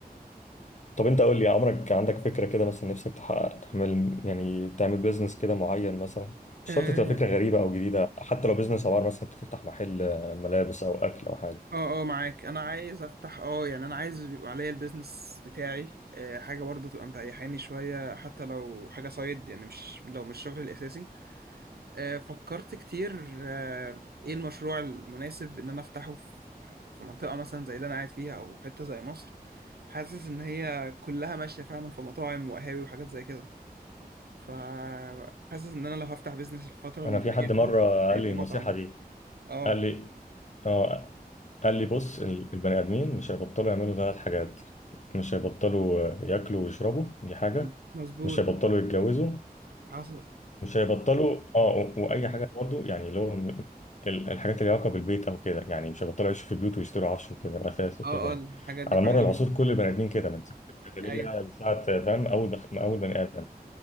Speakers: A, on the left (about 50°); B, on the right (about 75°).
A: طب انت قول لي عمرك عندك فكره كده مثلا نفسك تحقق تعمل يعني تعمل بيزنس كده معين مثلا مش
B: بيزنس
A: شرط تبقى فكره غريبه او جديده حتى لو بيزنس عباره مثلا انت تفتح محل ملابس او اكل او حاجه
B: اه اه معاك انا عايز افتح اه يعني انا عايز يبقى عليا البيزنس بتاعي آه، حاجه برضو تبقى مريحاني شويه حتى لو حاجه سايد يعني مش لو مش شغلي الاساسي آه، فكرت كتير آه، ايه المشروع المناسب ان انا افتحه في في منطقه مثلا زي اللي انا قاعد فيها او حته زي مصر حاسس ان هي كلها ماشيه فعلا في مطاعم وقهاوي وحاجات زي كده فحاسس ان انا لو هفتح بيزنس الفتره
A: انا
B: اللي
A: في حد
B: جايه
A: مره
B: دي هيبقى
A: قال لي
B: مطعم
A: النصيحه دي
B: اه
A: قال لي اه قال لي بص ال- البني ادمين مش هيبطلوا يعملوا ثلاث حاجات مش هيبطلوا آه، ياكلوا ويشربوا دي حاجه
B: <laughs> مظبوط
A: مش هيبطلوا يتجوزوا
B: حصل
A: مش هيبطلوا اه و- واي حاجه برضو يعني اللي هو م- ال- الحاجات اللي ليها علاقه بالبيت او كده يعني مش هيبطلوا يعيشوا في بيوت ويشتروا عفش وكده واثاث وكده
B: اه
A: يعني
B: اه الحاجات
A: على
B: دي فعلا
A: مر العصور كل البني ادمين كده من ساعه الجاهليه
B: ايوه
A: لساعه آه، فاهم اول بخ... اول بني ادم